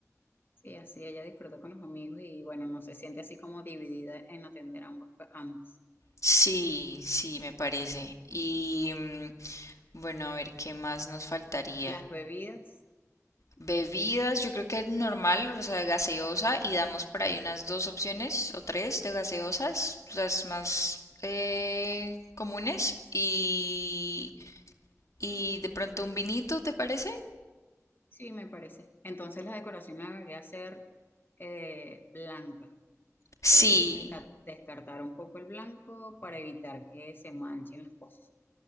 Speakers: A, on the left (about 40°); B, on the left (about 75°).
A: Sí, así ella disfruta con los amigos y bueno, no se siente así como dividida en atender ambas, ambas.
B: Sí, sí, me parece. Y mm, bueno, a ver, ¿qué más nos faltaría?
A: Las bebidas,
B: Bebidas, yo creo que normal, o sea, gaseosa, y damos por ahí unas dos opciones o tres de gaseosas, las más eh, comunes, y, y de pronto un vinito, ¿te parece?
A: sí, me parece. Entonces la decoración debería ser eh, blanca,
B: Sí,
A: Deberíamos desca- descartar un poco el blanco para evitar que se manchen las cosas.